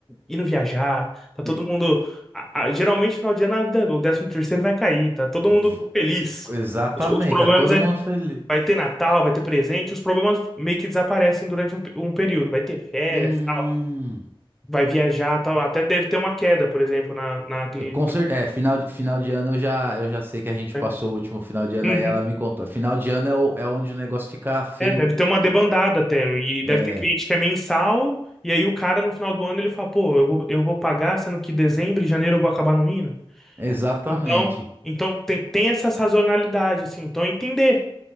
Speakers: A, in the centre; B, on the right (about 20°).
A: indo viajar, tá todo
B: E-
A: mundo. a- a- geralmente final de ano a vida- o 13 terceiro vai cair, tá todo mundo
B: v-
A: feliz.
B: Exatamente,
A: Os, os problemas
B: tá todo
A: é,
B: mundo feliz.
A: vai ter Natal, vai ter presente, os problemas meio que desaparecem durante um, pe- um período. Vai ter férias,
B: Hum.
A: tal, vai viajar, tal. Até deve ter uma queda, por exemplo, na, na clínica,
B: Eu Com cer- É, final de, final de ano eu já, eu já sei que a gente
A: né?
B: passou o último final de ano
A: Uhum.
B: aí, ela me contou. Final de ano é, o- é onde o negócio fica feio.
A: É, deve ter uma debandada até. E deve
B: É,
A: ter cliente que é mensal. E aí o cara, no final do ano, ele fala, pô, eu vou, eu vou pagar, sendo que dezembro e janeiro eu vou acabar não indo.
B: exatamente.
A: Então, então tem, tem essa sazonalidade, assim. Então, é entender.